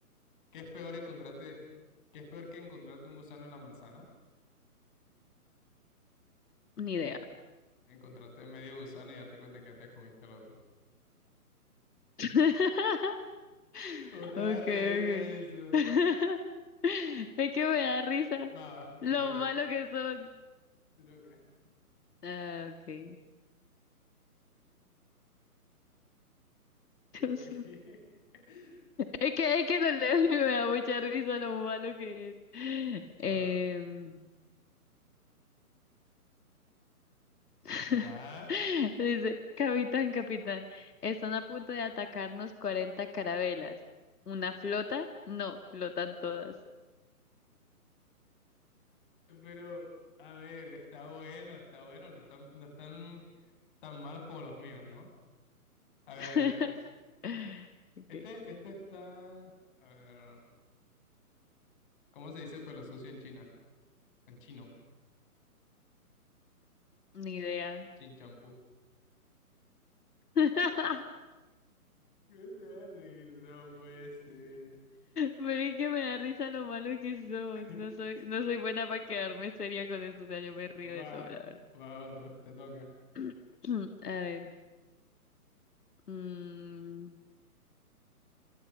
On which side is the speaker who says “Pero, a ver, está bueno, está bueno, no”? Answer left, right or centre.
Left